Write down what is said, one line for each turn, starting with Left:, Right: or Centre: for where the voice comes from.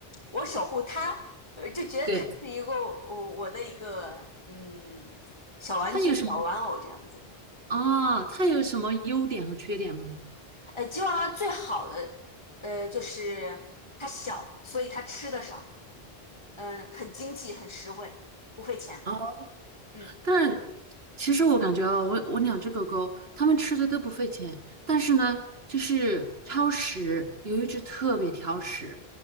Left: 我守护它，呃就觉得它是一个我我的一个嗯小玩具、
Right: 对，它有什么
Left: 小玩偶这样子。
Right: 啊？它有什么优点和缺点吗？
Left: 呃，吉娃娃最好的呃就是它小，所以它吃的少。嗯，很经济，很实惠，不费钱。
Right: 啊。
Left: 嗯
Right: 但是其实我感觉啊，我我两只狗狗，它们吃的都不费钱，但是呢，就是挑食，有一只特别挑食，